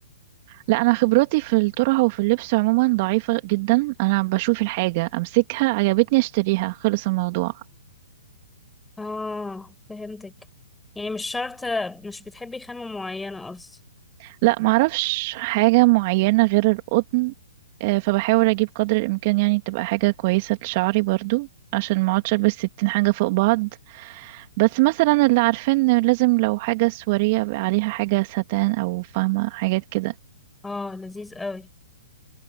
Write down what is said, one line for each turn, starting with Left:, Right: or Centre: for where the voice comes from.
Right: لا انا خبرتي في الطرحه وفي اللبس عموما ضعيفه جدا انا بشوف الحاجه امسكها عجبتني اشتريها خلص الموضوع
Centre: اه فهمتك يعني مش شرط مش بتحبي خامة معينة قصدي
Right: لا معرفش حاجه معينه غير القطن آه، فبحاول اجيب قدر الامكان يعني تبقى حاجه كويسه لشعري برضو عشان ما اقعدش البس ستين حاجه فوق بعض بس مثلا اللي عارفين إن لازم لو حاجة سواريه يبقى عليها حاجة ستان أو فاهمة حاجات كده
Centre: اه لذيذ قوي